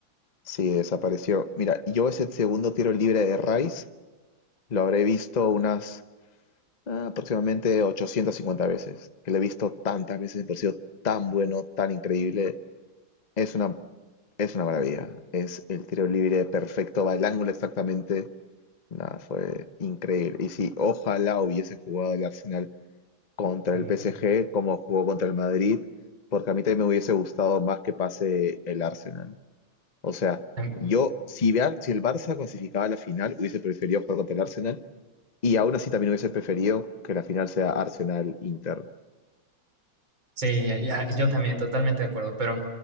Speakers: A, on the left; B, on the right.
A: Sí, desapareció. Mira, yo ese segundo tiro libre de Rice lo habré visto unas ah, aproximadamente 850 veces. Que lo he visto tantas veces, me pareció tan bueno, tan increíble. Es una, es una maravilla. Es el tiro libre perfecto, va el ángulo exactamente. Nada, fue increíble. Y si ojalá hubiese jugado el Arsenal contra
B: Como,
A: el PSG como jugó contra el Madrid, porque a mí también me hubiese gustado más que pase el Arsenal. O sea,
B: Am-
A: yo, si, vea- si el Barça clasificaba a la final, hubiese preferido jugar contra el Arsenal y aún así también hubiese preferido que la final sea Arsenal-Inter.
B: sí, ya- ya, yo también, totalmente de acuerdo. Pero